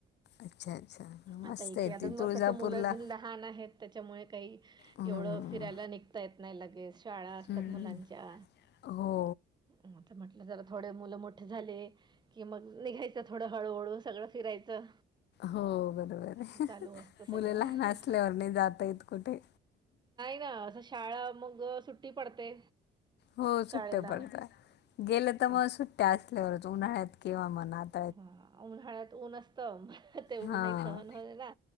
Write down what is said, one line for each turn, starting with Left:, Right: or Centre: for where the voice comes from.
Left: अच्छा अच्छा.
Right: आता
Left: मस्त
Right: एके
Left: आहे
Right: अदुन
Left: ती तुळजापूरला
Right: म कसं मुलं अजून लहान आहेत त्याच्यामुळे काही
Left: हम्म.
Right: एवढं फिरायला निघता येत नाही लगेच शाळा असतात
Left: हम्म.
Right: मुलांच्या.
Left: हो.
Right: म तर म्हटलं जरा थोडे मुलं मोठे झाले कि मग निघायचं थोडं हळूहळू सगळं फिरायचं.
Left: हो बरोबर
Right: असं
Left: आहे
Right: चालू असतं सगळं
Left: मुले लहान असल्यावर नाही जाता येत कुठे.
Right: क असं शाळा मग सुट्टी पडते.
Left: हो
Right: शाळेला
Left: सुट्टया पडतात गेले तर
Right: मग
Left: म सुट्टया असल्यावरच उन्हाळ्यात किंवा मनात
Right: हा उन्हाळ्यात ऊन असतं म त्यात ऊनही
Left: हां.
Right: सहन होय ना.